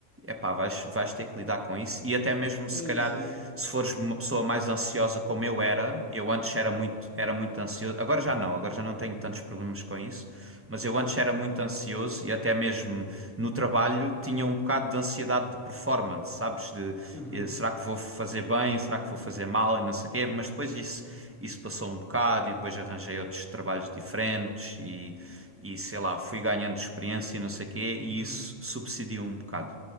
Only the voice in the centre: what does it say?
Pois,
eu sei.
Uhum,
uhum.